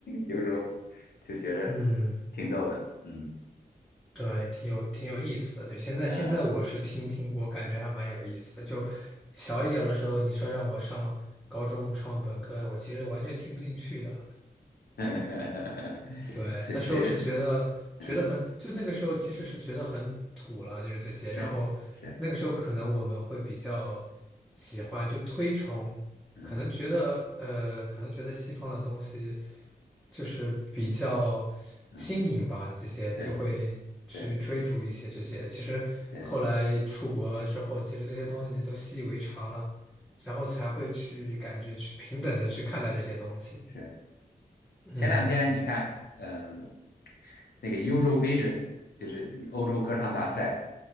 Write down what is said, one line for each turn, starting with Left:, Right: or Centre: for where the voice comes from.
Left: 有时候就觉着挺逗的。
Centre: 嗯。
Left: 嗯
Centre: 对，挺有挺有意思的。就现在，
Left: 嗯
Centre: 现在我是听听，我感觉还蛮有意思的。就小一点儿的时候，你说让我上高中、上本科，我其实完全听不进去的。
Left: 嗯，<laughs>
Centre: 对，
Left: 随随着
Centre: 那时候是觉得觉得很，
Left: 嗯
Centre: 就那个时候其实是觉得很土了，就是这些。
Left: 是是
Centre: 然后那个时候可能我们会比较喜欢，就推崇，
Left: 嗯
Centre: 可能觉得呃，可能觉得西方的东西就是比较新颖吧，
Left: 嗯
Centre: 这些就会去追逐一些这些。
Left: 对对
Centre: 其实后来出国之后，
Left: 对
Centre: 其实这些东西都习以为常了，然后才会去感觉去平等的去看待这些东西。
Left: 是。
Centre: 嗯
Left: 前两天你看，嗯，那个 Eurovision，就是欧洲歌唱大赛。